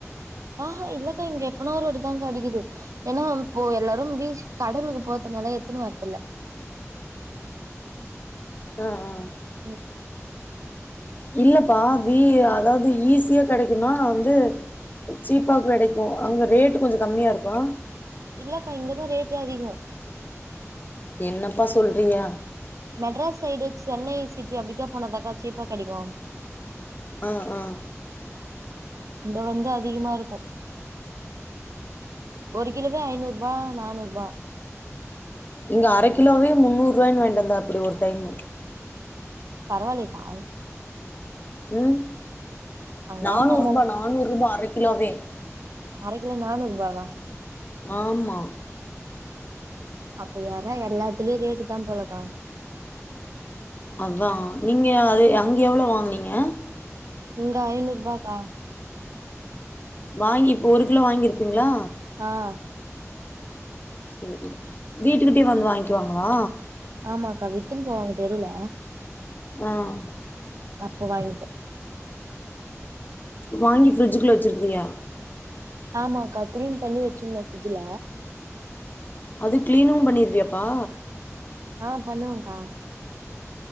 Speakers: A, on the right; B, on the left.
A: ஆஹ இல்லக்கா இங்க எப்பனா ஒரு வாட்டிதா கெடைக்குது ஏனா இப்போ எல்லாரும் பீச் கடலுக்கு போறதுனால எத்துன்னு வரதுல்ல
B: ஆ அ
A: ம்
B: இல்லப்பா வி
A: ம்
B: அதாவ்து ஈஸியா கெடைக்குனா வந்து ஷீப்பாக் கெடைக்கு அங்கே ரேட்டு் கொஞ்சொ கம்மியா இருக்கோ
A: இல்லக்கா இங்கதா ரேட்டு அதிகோ
B: என்னப்பா சொல்றியா
A: மெட்ராஸ் சைடு சென்னை சிட்டி அப்டிக்கா போனதாக்கா சீப்பா கெடைக்கு
B: ஆ ஆ
A: இங்க வந்து அதிகமா இருக்கு ஒரு கிலோவே ஐநூரூபா நானூரூபா
B: இங்க அர கிலோவே முன்னூறுவா வாங்கிட் வந்தாப்டி ஒரு டைம்
A: பரவால்லைக்கா
B: ம்
A: அங்கெல்லா
B: நானூரூபா
A: பரவால்ல
B: நானூரூபா அர கிலோவே
A: அர கிலோ நானூரூபாவா
B: ஆமா
A: அப்ப எறா எல்லாத்துலயு ரேட்டு தா போலக்கா
B: அதா நீங்க அது அங்கே எவ்ளோ வாங்குனீங்க
A: இங்க ஐநூரூபாக்கா
B: வாங்கி இப்போ ஒரு கிலோ வாங்கியிருப்பீங்ளா
A: ஆ
B: செரி வீட்டுக்கிட்டயே வந்து வாங்க்கிவாங்களா
A: ஆமா அக்கா வித்துன்னு போவாங்க தெருல
B: ம்
A: அப்போ வாங்கித்தோ
B: வாங்கி ஃப்ரிட்ஜுக்குள்ள வச்சிருக்கியா
A: ஆமா அக்கா கிளீன் பண்ணி வச்சிருந்தோ ஃப்ரிட்ஜல
B: அது கிளீனு பண்ணிருவியாப்பா
A: ஆ பண்ணுவகா